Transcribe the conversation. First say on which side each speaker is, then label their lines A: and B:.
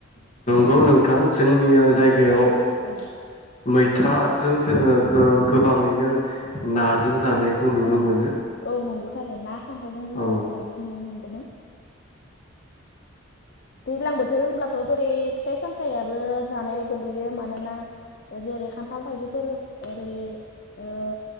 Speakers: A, on the left; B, on the left.
A: गौ नोंथां। जोंनि
B: ओ
A: जायगायाव
B: जेरै औ
A: मैथाजों जोङो गोगोम गोबाङैनो नाजों जानाय बेखौ नुनो
B: औ
A: मोनो।
B: औ नंगौ थारै ना खांख्राइजों जों
A: औ
B: जानाय बांसिन नुनो मोनबोदों। दैज्लां बोथोर होनब्लाथ' जेरै फिथाइ सामथायाबो जानायाव गोग्लैयो मानोना जेरै खान्थाल थाइजौफोरो ओरै ओ